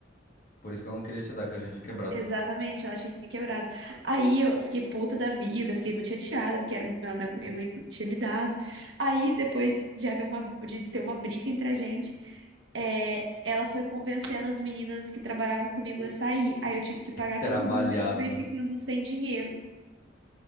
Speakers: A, on the left (about 45°); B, on the right (about 80°).
A: Por isso que eu não queria te dar, que a gente tinha quebrado.
B: Exatamente, ela tinha quebrado. Aí eu fiquei puta da vida, fiquei muito chateada, porque era o meu andar que minha mãe tinha me dado. Aí, depois de haver uma, de ter uma briga entre a gente, é, ela foi convencendo as meninas que trabalhavam comigo a sair. Aí eu tive que pagar
A: Trabalhavam.
B: todo mundo e acabei ficando sem dinheiro.